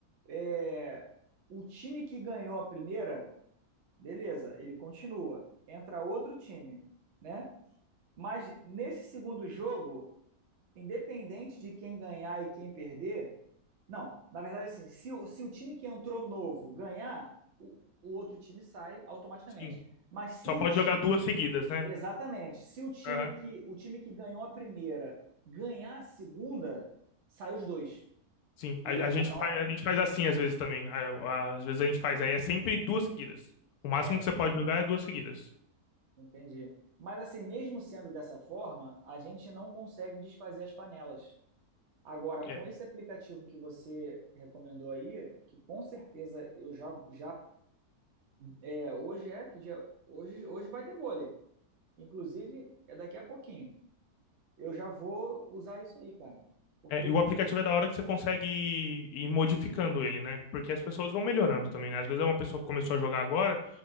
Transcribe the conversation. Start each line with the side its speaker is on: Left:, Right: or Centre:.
Right: É, o time que ganhou a primeira, beleza, ele continua. Entra outro time, né? Mas nesse segundo jogo, independente de quem ganhar e quem perder, não, na verdade, assim, se o, se o time que entrou novo ganhar, o, o outro time sai automaticamente.
Left: sim.
Right: Mas se
Left: Só
Right: o,
Left: pode
Right: ti-
Left: jogar duas seguidas, né?
Right: Exatamente. Se o time
Left: Aham,
Right: que o time que ganhou a primeira ganhar a segunda, sai os dois
Left: sim.
Right: e
Left: A, a
Right: entra
Left: gente
Right: nove.
Left: faz, a gente faz assim às vezes também. A- a- às vezes a gente faz. Aí é sempre duas seguidas. O máximo
Right: É,
Left: que você pode jogar é duas seguidas.
Right: entendi. Mas assim, mesmo sendo dessa forma, a gente não consegue desfazer as panelas. Agora, com
Left: É.
Right: esse aplicativo que você recomendou aí, que com certeza eu já já é, hoje é que dia, hoje hoje vai ter vôlei. Inclusive, é daqui a pouquinho. Eu já vou usar isso aí, cara. Porque
Left: É, e o aplicativo é da hora que você consegue ir, modificando ele, né? Porque as pessoas vão melhorando também, né? Às vezes é uma pessoa que começou a jogar agora,